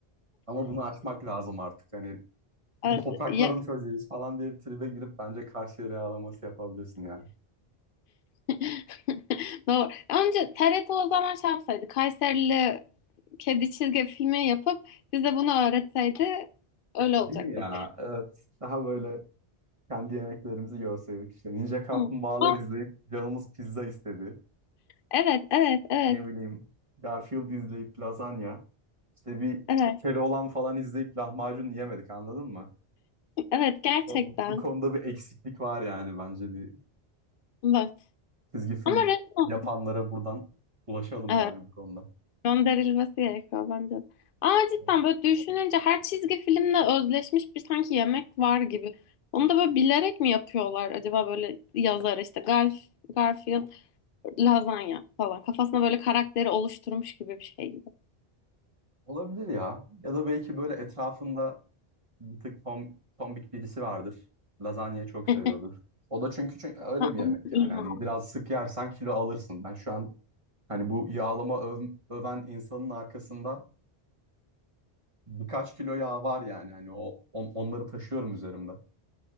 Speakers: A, on the right; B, on the left.
A: Ama bunu aşmak lazım artık. Hani
B: evet
A: bu toprakların
B: Evet. ya-
A: çocuğuyuz falan diye bir tribe girip bence Karşıyaka yağlaması yapabilirsin yani.
B: <laughs> Doğru. Önce TRT o zaman şey yapsaydı, Kayserili kedi çizgi filmi yapıp bize bunu öğretseydi öyle
A: Değil
B: olacaktık.
A: mi ya? Evet. Daha böyle kendi yemeklerimizi görseydik işte. Ninja Kaplumbağalar
B: Hı. Aa,
A: izleyip canımız pizza istedi.
B: evet, evet, evet,
A: Ne bileyim. Garfield izleyip lazanya. İşte bir
B: evet,
A: Keloğlan falan izleyip lahmacun yiyemedik anladın mı?
B: evet, gerçekten.
A: Bu, bu- bu konuda bir eksiklik var yani bence bir
B: Evet.
A: çizgi film
B: Ama resmen,
A: yapanlara buradan ulaşalım
B: evet.
A: yani bu konuda.
B: Gönderilmesi gerekiyor bence de. Ama cidden
A: Evet.
B: böyle düşününce her çizgi filmle özleşmiş bir sanki yemek var gibi. Onu da böyle bilerek mi yapıyorlar acaba böyle yazar işte Garf, Garfield lazanya falan. Kafasına böyle karakteri oluşturmuş gibi bir şey gibi.
A: Olabilir ya. Ya da belki böyle etrafında bir tık tom, tombik birisi vardır. Lazanyayı çok
B: <laughs>
A: seviyordur. O da çünkü, çünkü öyle
B: Ha,
A: bir yemek
B: ama
A: yani.
B: İlham.
A: Hani biraz sık yersen kilo alırsın. Ben şu an Hani bu yağlama öv- öven insanın arkasında birkaç kilo yağ var yani. Hani o on- onları taşıyorum üzerimde.